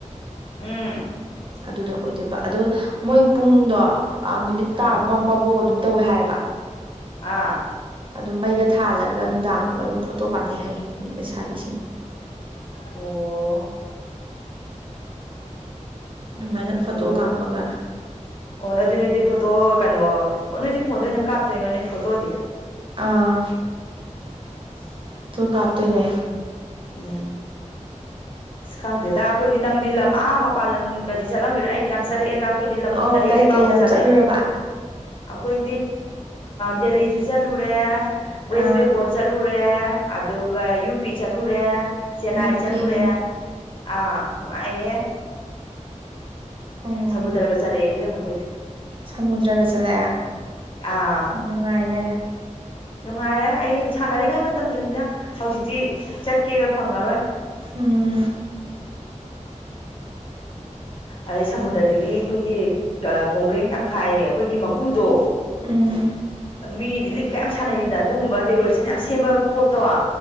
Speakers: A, on the left; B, on the right.
A: ꯎꯝ
B: ꯑꯗꯨꯗ ꯑꯣꯏꯗꯣꯏꯕ ꯑꯗꯣ ꯃꯣꯏ ꯄꯨꯡꯗꯣ ꯅꯨꯃꯤꯠ
A: ꯑꯥ
B: ꯇꯥ ꯑꯃꯃꯐꯥꯎ ꯑꯗꯨꯝ ꯇꯧꯋꯦ ꯍꯥꯏꯌꯦꯕ
A: ꯑꯥ
B: ꯑꯗꯨꯝ ꯃꯩꯒ ꯊꯥꯜꯂꯒ ꯅꯨꯡꯗꯥꯡꯗꯒ ꯑꯗꯨꯝ ꯐꯣꯇꯣ ꯀꯥꯞꯅꯩ ꯍꯥꯏꯌꯦ ꯃꯤ ꯂꯩꯁꯥꯕꯤꯁꯤꯡ
A: ꯑꯣ
B: <unintelligible> ꯑꯗꯨꯃꯥꯏꯅ ꯐꯣꯇꯣ
A: ꯑꯣꯅ
B: ꯀꯥꯞꯄꯒ
A: ꯑꯣꯅ ꯑꯗꯨꯅꯗꯤ ꯐ ꯐꯣꯇꯣ ꯀꯩꯅꯣ ꯅꯣꯏꯗꯤ ꯐꯣꯟꯗ ꯑꯣꯏꯅ ꯀꯥꯞꯇꯣꯏꯉꯣ ꯅ ꯐꯣꯇꯣꯗꯤ
B: ꯑꯥ
A: ꯎ
B: ꯊ ꯀꯥꯞꯇꯅꯦ
A: ꯎꯝ ꯑꯁ ꯈꯪꯗꯦꯗ ꯑꯩꯈꯣꯏꯗꯤ ꯅꯪꯗꯤ ꯂꯝ ꯑꯥ ꯃꯄꯥꯟ ꯂꯝꯒꯗꯤ ꯆꯠꯂꯝꯒꯦꯔ ꯑꯩꯗꯤ ꯌꯥꯝ ꯆꯠꯂꯛꯑꯦꯗ ꯑꯩꯈꯣꯏꯗꯤ ꯂꯝ
B: ꯑꯣ
A: ꯇꯔꯦꯠ
B: ꯀꯩ
A: ꯅꯤꯄꯥꯟꯃꯨꯛ
B: ꯀꯩ ꯂꯝ
A: ꯆꯠꯂꯦ
B: ꯆꯠꯂꯨꯔꯕ
A: ꯑꯩꯈꯣꯏ ꯗꯦꯜꯂꯤꯁꯨ ꯆꯠꯂꯨꯔꯦ ꯋꯦꯁ
B: ꯑꯥ
A: ꯕꯦꯡꯒꯣꯜ ꯆꯠꯂꯨꯔꯦ ꯑꯗꯨꯒ ꯌꯨ ꯄꯤ ꯆꯠꯂꯨꯔꯦ ꯆꯦꯟꯅꯥꯏ
B: ꯌꯨ
A: ꯆꯠꯂꯨꯔꯦ
B: ꯄꯤ ꯑꯦ
A: ꯑꯥ ꯅꯨꯡꯉꯥꯏꯌꯦꯦ
B: ꯑꯣ
A: ꯁꯃꯨꯗ꯭ꯔꯒ ꯆꯠꯂꯛꯦ ꯏꯕꯦꯝꯃꯨꯛꯈꯣꯏꯗꯤ
B: ꯁꯃꯨꯗ꯭ꯔꯒ ꯆꯠꯂꯛꯑꯦ
A: ꯑꯥ
B: ꯅꯨꯡꯉꯥꯏꯔꯦ
A: ꯅꯨꯡꯉꯥꯏꯔꯦ ꯑꯩ ꯁꯥꯟꯅꯔꯤꯉꯩ ꯃꯇꯝꯗꯅꯤꯗ ꯍꯧꯖꯤꯛꯇꯤ ꯆꯠꯀꯦꯔ ꯐꯪꯉꯔꯣꯏ
B: ꯎꯝ
A: ꯑꯗꯩ ꯁꯃꯨꯗ꯭ꯔꯗꯒꯤ ꯑꯩꯈꯣꯏꯒꯤ ꯀꯣꯡꯒ꯭ꯔꯦꯡ ꯇꯪꯈꯥꯏ ꯑꯩꯈꯣꯏꯒꯤ ꯃꯀꯨꯗꯣ
B: ꯎꯝ
A: ꯃꯤꯒꯤꯗꯤ ꯂꯤꯛ ꯀ ꯌꯥꯝ ꯁꯥꯟꯅꯩꯅ ꯑꯗꯨꯒꯨꯝꯕ ꯗꯦꯀꯣꯔꯦꯁꯟ ꯌꯥꯝ ꯁꯦꯝꯕ ꯄꯣꯠ ꯇꯣ ꯑ